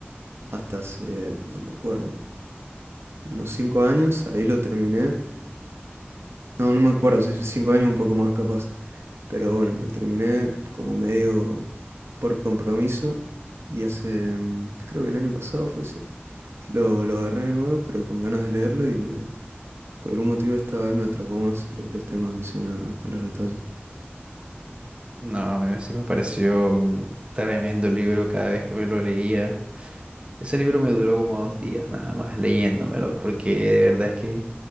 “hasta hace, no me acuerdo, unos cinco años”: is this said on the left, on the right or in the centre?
Right